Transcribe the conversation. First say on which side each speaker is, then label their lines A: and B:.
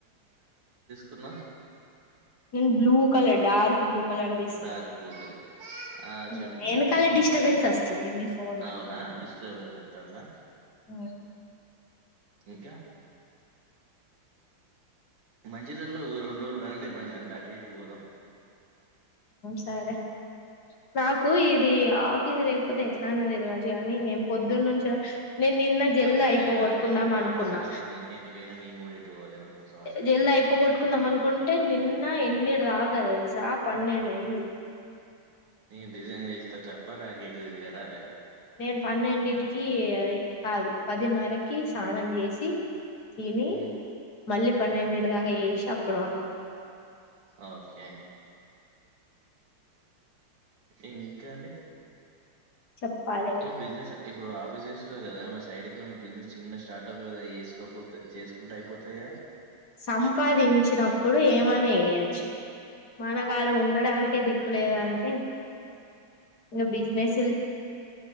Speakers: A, on the right; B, on the left.
A: కున్నా
B: న blue colour dark blue colour తీసుకున్నా
A: డార్క్ బ్లూ కలర్ ఆ
B: ఉమ్,
A: చెప్పు
B: వెనకాల డిస్టర్బెన్స్ వస్తుంది మీ ఫోన్ లో
A: అవునా డిస్టర్బెన్స్ వట్టాన్న
B: ఉమ్,
A: ఇంకా మంచిదలు రెండు రోజులు రాండి మంచిగా అన్ని అటు ఇటు పోదాం
B: సరే నాకు ఇది ఆఫీస్ లేకపోతే ఎట్లా అన్నతిరగచు కానీ నేను పొద్దున్న నుంచి నేను నిన్న జల్
A: అంతే
B: అయిపోగొట్టుకుందాం
A: ఆ ఇప్పుడు
B: అనుకున్నా
A: ఆఫీస్ ఉన్నప్పుడు నేనెటు పోయినా నేను గూడా ఎటు పోలే రెండు మూడు సంవత్సరాల
B: జల్ది
A: నుంచి.
B: అయిపోగొట్టుకుందాం అనుకుంటే నిన్న ఎన్ని తెలుసా పన్నెండు అయింది
A: నేను డిజైన్ చేస్తా త ప న కేటు తిరగరాలే
B: నేను పన్నెండిటికి అదే కాదు పదిన్నరకి స్నానం చేసి తిని
A: హ్మ్.
B: మళ్ళీ పన్నెండిటి దాగా చేసి అప్పుడు పండుకుంట
A: ఓకే. ఇంకా అండి
B: చెప్పాలే
A: ఏం బిజినెస్ ఇప్పుడు ఆఫీస్ చేస్తున్నారు కదా మరి సైడ్ కి ఏమన్నా బిజినెస్ చిన్న స్టార్టప్ ఏద వేసుకోకపోతే చేసుకుంటే అయిపోతాయ
B: సంపాదించినప్పుడు ఏమైన చేయచ్చు మనగాడ ఉండడానికే దిక్ కు లేదా అంటే ఇగ బిజినెస్